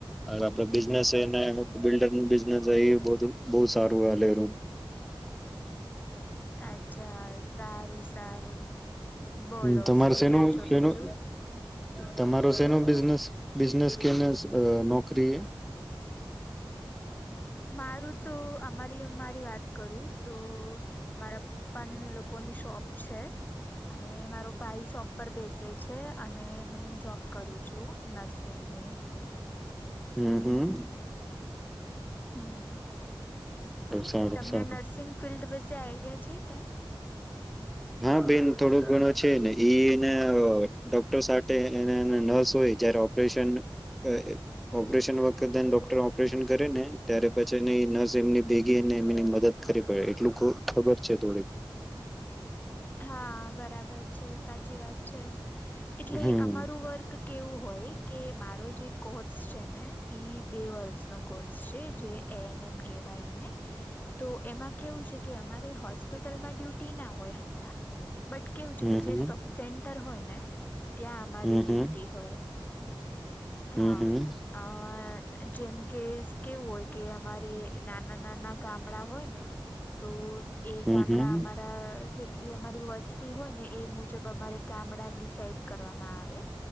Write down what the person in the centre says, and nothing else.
અર આપડે બિઝનેસ સે ને બિલ્ડરનું બિઝનેસ એ બધું સારું હાલેરુ.
હમ. તમાર
શેનું
શેનું
તમારો શેનું બિઝનેસ બિઝનેસ કે ને સ અ નોકરી એ.
હમ્મ, હમ્મ.
સારું
સારું
હા, બેન થોડું ઘણો છે ને એ ન અ ડોક્ટર સાથે એને હેન નર્સ હોય જયારે ઓપરેશન અ અ ઓપરેશન વખતેન ડોક ટર ઓપરેશન કરને ત્યારે પછી ની એ નર્સ એમની ભેગીને એમની મદદ કરીવી પડે એટલું ખ ખબ બર છે, થોડીક.
હમ
હમ
હમ
હમ
હમ હમ હમ
હમ
હમ